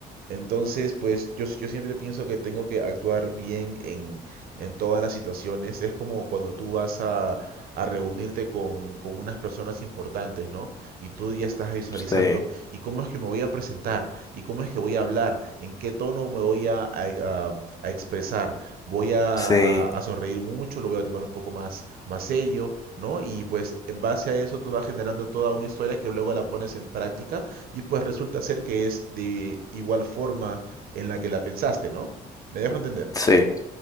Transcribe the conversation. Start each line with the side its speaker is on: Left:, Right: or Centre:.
Right: Entonces, pues yo, yo siempre pienso que tengo que actuar bien en, en todas las situaciones. Es como cuando tú vas a, a reunirte con, con unas personas importantes, ¿no? Y tú ya estás visualizando,
Left: sí,
Right: ¿y cómo es que me voy a presentar? ¿Y cómo es que voy a hablar? ¿En qué tono me voy a, a- a- a expresar? ¿Voy a,
Left: sí,
Right: a- a sonreír mucho? ¿Lo voy a tomar un poco más, más serio? ¿No? Y pues en base a eso tú vas generando toda una historia que luego la pones en práctica y pues resulta ser que es de igual forma en la que la pensaste, ¿no? Me dejo entender.
Left: sí,